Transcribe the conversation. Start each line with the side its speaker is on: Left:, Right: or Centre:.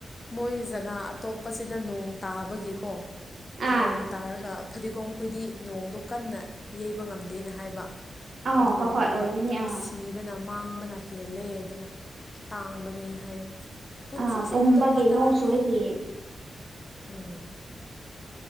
Left: ꯃꯣꯏ ꯖꯒꯥ ꯑꯇꯣꯞ꯫ ꯑꯁꯤꯗ ꯅꯣꯡ ꯇꯥꯕꯒꯤꯀꯣ
Right: ꯑꯥ
Left: ꯅꯣꯡ ꯇꯥꯔꯒ ꯐꯗꯤꯒꯣꯝ ꯈꯣꯏꯗꯤ꯫ ꯅꯣꯡꯗꯣ ꯀꯟꯅ ꯌꯩꯕ ꯉꯝꯗꯦꯅ ꯍꯥꯏꯕ꯫
Right: ꯑꯥ
Left: ꯑꯗꯨ
Right: ꯍꯣꯏ
Left: ꯑꯣꯏꯕꯒꯤ
Right: ꯍꯣꯏ ꯑꯣꯏꯕꯅꯦ
Left: ꯑꯗꯨꯝ
Right: ꯑꯥ
Left: ꯁꯤꯕꯅ ꯃꯥꯡꯕꯅ꯫ ꯍꯦꯜꯂꯦ ꯑꯗꯨꯅ ꯇꯥꯡꯕꯅꯦ ꯍꯥꯏ꯫ ꯄꯨꯨꯟꯁꯨꯨꯛ
Right: ꯑꯥ ꯄꯨꯝꯕꯒꯤ
Left: ꯁꯨꯛꯄꯗ ꯂꯨꯄꯥ ꯇꯔꯥ
Right: ꯅꯣꯡ ꯆꯨꯔꯗꯤ
Left: ꯄꯤꯌꯦ꯫ ꯎꯝ